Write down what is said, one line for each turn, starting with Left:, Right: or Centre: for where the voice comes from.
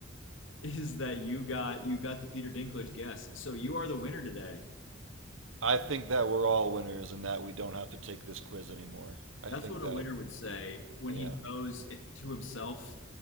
Left: <laughs> is that you got you got the Peter Dinklage guess. So you are the winner today.
Right: I think that we're all winners and that we don't have to take this quiz anymore. I
Left: That's
Right: think
Left: what
Right: that,
Left: a winner would say when
Right: yeah.
Left: he knows it, to himself